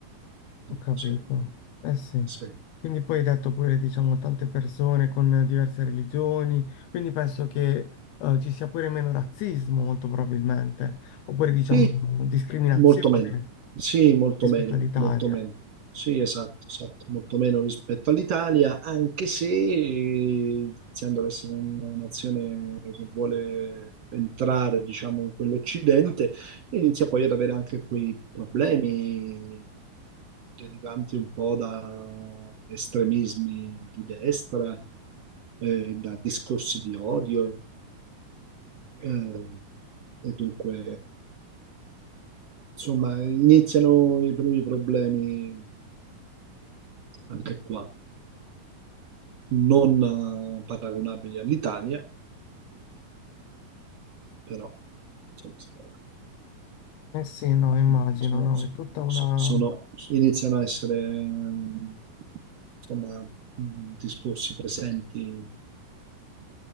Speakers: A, on the right; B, on the left.
A: Sì,
B: Ho capito.
A: sì,
B: Eh sì.
A: sì.
B: Quindi poi hai detto pure, diciamo, tante persone con diverse religioni, quindi penso che eh, ci sia pure meno razzismo, molto probabilmente, oppure, diciamo,
A: E
B: discriminazione
A: Molto meno, sì, molto
B: rispetto
A: meno,
B: all'Italia.
A: molto meno. Sì, esatto, esatto, molto meno rispetto all'Italia, anche se iniziando ad essere una nazione che vuole entrare, diciamo, in quell'Occidente, inizia poi ad avere anche quei problemi derivanti un po' da estremismi di destra, eh, da discorsi di odio, eh, e dunque... Insomma, iniziano i primi problemi anche qua, non eh, paragonabili all'Italia, però insomma, sono,
B: Eh sì, no,
A: sono-
B: immagino,
A: sono-
B: no, è tutta una...
A: so- sono- iniziano a essere mm, insomma, mm, discorsi presenti,